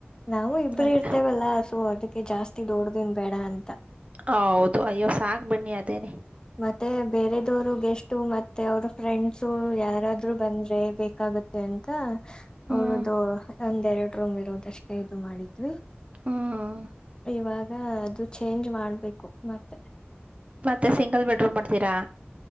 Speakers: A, on the left; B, on the right.
A: ನಾವು ಇಬರು
B: ಅದೇ
A: ಇರ್ತೇವಲ್ಲಾ ಸೊ ಅದಕ್ಕೆ ಜಾಸ್ತಿ ದೋಡ್ದೇನ್ ಬೇಡ ಅಂತ.
B: ಹೌದು ಅಯ್ಯೋ ಸಾಕ್ ಬನ್ನಿ ಅದೇನೆ.
A: ಮತ್ತೆ ಬೇರೆದವರು ಗೆಸ್ಟು ಮತ್ತೆ ಅವ್ರ್ ಫ್ರೆಂಡ್ಸು ಯಾರಾದ್ರು ಬಂದ್ರೆ ಬೇಕ ಕಾಗುತ್ತೆ ಅಂತ
B: ಹ್ಮ್
A: ಅವ್ರ್ದು ಒಂದ್ ಎರಡು ರೂಮ್ ಇರೋದಷ್ಟೇ ಇದು ಮಾಡಿದ್ವಿ.
B: ಹ್ಮ್
A: ಇವಾಗ ಅದು ಚೇಂಜ್ ಮಾಡ್ಬೇಕು ಮತ್ತೆ.
B: ಮತ್ತೆ ಸಿಂಗಲ್ ಬೆಡ್ರೂಮ್ ಮಾಡ್ತೀರಾ?